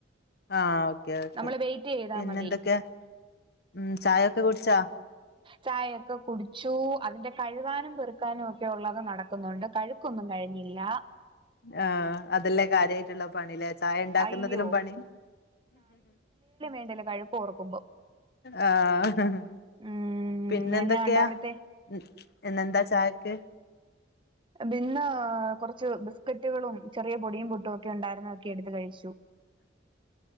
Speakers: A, on the left; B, on the right.
A: ആഹ് ഓക്കെ ഓക്കെ
B: നമ്മള് വെയിറ്റ് ചെയ്താ
A: പിന്നെ
B: മതി.
A: എന്തൊക്ക്യെ ഉം ചായൊക്കെ കുട്ച്ചോ
B: ചായ ഒക്കെ കുട്ച്ചു അതിന്റെ കഴുകാനും പെറുക്കാനും ഒക്കെ ഉള്ള ക്കെ നടക്കുന്നുണ്ട് കഴുക്കൊന്നും കഴിഞ്ഞില്ല
A: ആഹ് അതല്ലേ കാര്യായിട്ട്ള്ള പണില്ലേ ചായഇണ്ടാക്കുന്നതിലും
B: അയ്യോ!
A: പണി
B: ഇതിന്റൊക്കെ കഴുക്ക് ഓർക്കുമ്പോ
A: ആഹ് ഹഹ
B: ഉം
A: പിന്നെന്തെക്കെയാ
B: എന്നാ ഉണ്ട് അവിടുത്തെ?
A: ഉം ഇന്നെന്താ ചായക്ക്
B: ബിന്നൊ കുറച്ച് ബിസ്ക്കറ്റുകളും ചെറിയ പൊടിയും പുട്ടും ഒക്കെ ഉണ്ടായിരുന്നൊക്കെ എടുത്ത് കഴിച്ചു
A: <inaudible>